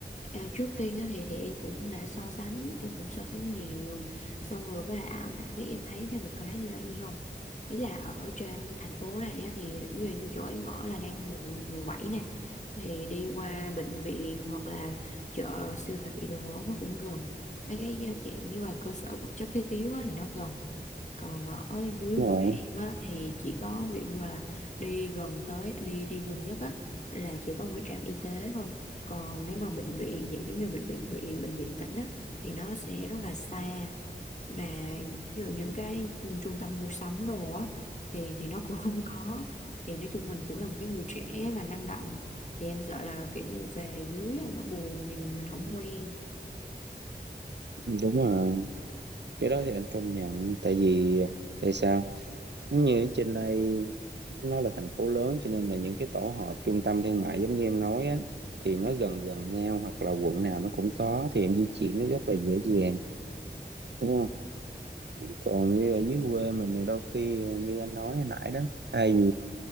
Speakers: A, on the left (about 45°); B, on the right (about 80°).
A: à, trước tiên á, thì thì em cũng đã so sánh em cũng so sánh nhiều xong rồi với lại ảnh đã biết em thấy thêm một cái nữa là gì không ý là ở trên thành phố này á, thì ví dụ như chỗ em ở là đang quận quận bảy nè thì đi qua bệnh viện hoặc là chợ siêu thị đồ nó cũng gần mấy cái chuyện như là cơ sở vật chất thiết yếu á, thì nó gần còn ở dưới
B: đúng
A: quê
B: rồi
A: em á, thì chỉ có ví dụ như là đi gần tới đi đi gần nhất á là chỉ có một cái trạm y tế thôi còn nếu mà bệnh viện vậy giống như bệnh viện huyện bệnh viện tỉnh á, thì nó sẽ rất là xa mà ví những cái trung tâm mua sắm đồ á thì thì nó cũng <laughs> không có thì nói chung mình cũng là một cái người trẻ và năng động thì em sợ là kiểu như về dưới á, nó buồn thì mình mình không quen
B: Ừ, đúng rồi cái đó thì anh công nhận tại vì tại sao giống như ở trên đây nó là thành phố lớn cho nên là những cái tổ hợp trung tâm thương mại giống như em nói á thì nó gần gần nhau hoặc là quận nào nó cũng có thì em di chuyển nó rất là dễ dàng đúng không còn như ở dưới quê mình thì đôi khi như anh nói hồi nãy đó thay vì